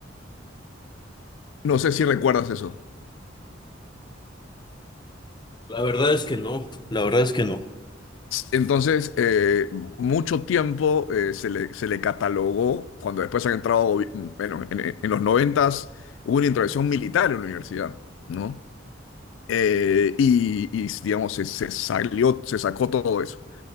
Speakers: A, on the left; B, on the left.
A: No sé si recuerdas eso.
B: La verdad es que no, la verdad es que no.
A: Entonces, eh, mucho tiempo eh, se le, se le catalogó, cuando después han entrado, gobi- mm, bueno, en, en los noventas hubo una intervención militar en la universidad, ¿no? Eh, y, y, digamos, se, se salió, se sacó todo eso.